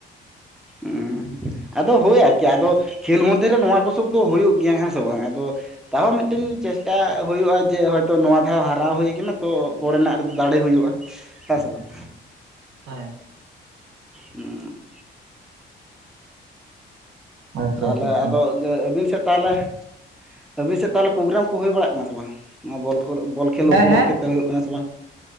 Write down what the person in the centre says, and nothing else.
ᱦᱩᱸ ᱟᱫᱚ ᱦᱳᱭ ᱟᱨᱠᱤ ᱟᱫᱚ ᱠᱷᱮᱹᱞ ᱢᱚᱫᱽᱫᱷᱮᱨᱮ ᱱᱚᱣᱟ ᱠᱚᱥᱚᱵ ᱫᱚ ᱦᱩᱭᱩᱜ ᱜᱮᱭᱟ ᱦᱮᱸ ᱥᱮ ᱵᱟᱝ? ᱟᱫᱚ ᱛᱟᱣ ᱢᱤᱫᱴᱮᱱ ᱪᱮᱥᱴᱟ ᱦᱩᱭᱩᱜᱼᱟ ᱡᱮ ᱦᱚᱭᱛᱚ ᱱᱚᱣᱟ ᱫᱷᱟᱣ ᱦᱟᱨᱟᱣ ᱦᱩᱭ ᱠᱟᱱᱟ, ᱛᱚ ᱯᱚᱨᱮᱱᱟᱜ ᱨᱮᱫᱚ ᱫᱟᱲᱮ ᱦᱩᱭᱩᱜᱼᱟ, ᱦᱮᱸ ᱥᱮ ᱵᱟᱝ?
ᱦᱩᱸ
ᱛᱟᱦᱚᱞᱮ
ᱟᱫᱚ ᱟᱹᱵᱤᱱ ᱥᱮᱫ ᱛᱟᱦᱚᱞᱮ ᱟᱹᱵᱤᱱ ᱥᱮᱫ ᱛᱟᱦᱚᱞᱮ ᱯᱨᱳᱜᱨᱟᱢ ᱠᱚ ᱦᱩᱭ ᱵᱟᱲᱟᱜ ᱠᱟᱱᱟ ᱥᱮ ᱵᱟᱝ? ᱱᱚᱣᱟ ᱵᱚᱞ ᱠᱷᱚᱞ, ᱵᱚᱞ ᱠᱷᱮᱞ ᱩᱯᱚᱞᱚᱠᱠᱷᱮᱛᱮ
ᱦᱩᱭᱩᱜ ᱠᱟᱱᱟ ᱥᱮ ᱵᱟᱝ?